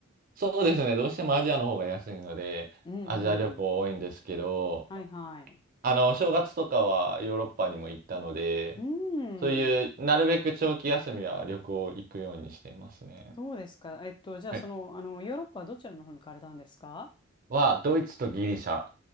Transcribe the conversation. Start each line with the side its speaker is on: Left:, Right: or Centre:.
Right: そうですね。どうしてもアジアの方が安いので、
Left: うんうん。
Right: アジア旅行多いんですけど、
Left: はいはい。
Right: あの、正月とかはヨーロッパにも行ったので、
Left: うん。
Right: そういう、なるべく長期休みは旅行行くようにしていますね。
Left: そうですか。えっと、じゃあ、
Right: はい
Left: その、あの、ヨーロッパはどちらの方に行かれたんですか
Right: は、ドイツとギリシャ